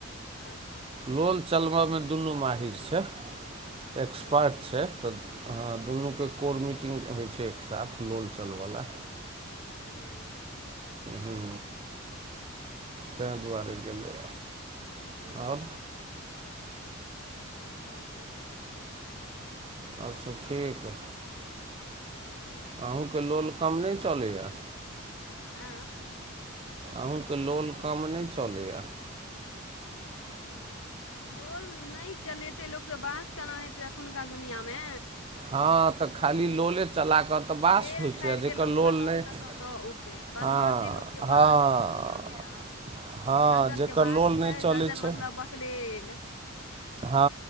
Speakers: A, on the left; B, on the right.
A: अच्छा अच्छा
B: लोल चलबऽमे दुनू माहिर छै एक्सपर्ट
A: अच्छा अच्छा
B: छै तऽ दुनूके कोर
A: अच्छा
B: मीटिंग
A: अच्छा
B: होइ छै साफ लोलचलवला
A: हूँ
B: हूँ ताहि
A: ठीके
B: दुआरे गेलै
A: छै हूँ
B: आओर
A: आओर सब ठीक ठाक
B: आओर सब ठीक
A: हूँ
B: अहूँके
A: ठीके
B: लोल कम नहि चलैए
A: आ
B: अहूँके लोल कम नहि चलैय
A: लोल नहि चलेतै लोक त बास केना हेतै एखुनका दुनिया मे
B: हँ तऽ खाली लोले चला कऽ तऽ बास
A: ठेलठाइल
B: होइ छै आ
A: के
B: जकर
A: लोक
B: लोल
A: कतय
B: नहि
A: से कतऽ दऽ औते बदमाशेलोक
B: हँ
A: के
B: हँ
A: बास छै दुनिया मे आब ब
B: हँ
A: सज्जन
B: जकर
A: के बास
B: लोल नहि
A: छै
B: चलै
A: सज्जन
B: छै
A: मतलब बकलेल
B: हँ